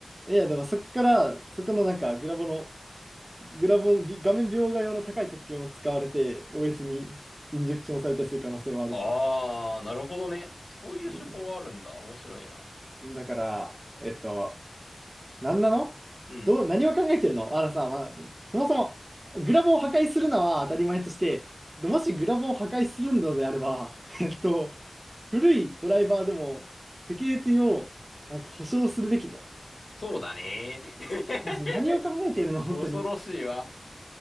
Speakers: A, on the right; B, on the left.
A: い。いや、でもそこから、そこのなんか、グラボの、グラボ、び画面描画用の高い特権を使われて、OS にインジェクションされたりする可能性もあるじゃん。
B: ああ、なるほどね。そういう手法あるんだ。
A: うん。
B: 面白いな。
A: だから、えっと、なんなのどう、
B: うん。
A: 何を考えてるのあのさ、まあ、そもそも、グラボを破壊するのは当たり前として、どもしグラボを破壊するのであれば、<laughs> えっと、古いドライバーでも、セキュリティを、なんか保証するべきだよ。
B: そうだね。<laughs>
A: マジ、何を考えているの本当に。
B: 恐ろしいわ。